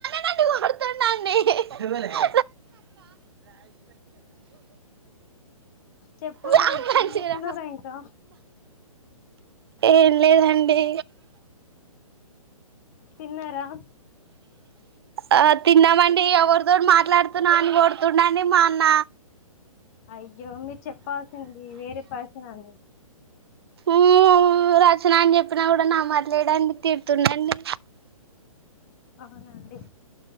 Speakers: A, on the right; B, on the left.
A: నన్ను కొడుతుండండి అక్క
B: చెప్పురా
A: బ్యాక్ పంచ్
B: ఏం చేస్తున్నారా
A: రా
B: ఇంకా
A: ఏం లేదండి
B: తిన్నారా
A: ఆ తిన్నామండి ఎవరితో మాట్లాడుతున్నా అని కోడుతున్నా మాన్న
B: అయ్యో మీరు చెప్పాల్సింది వేరే పర్సన్ అండి
A: ఉ రచన అని చెప్పినా కూడా నమ్మట్లేదండి తిరుతుందండి
B: అవునా అండి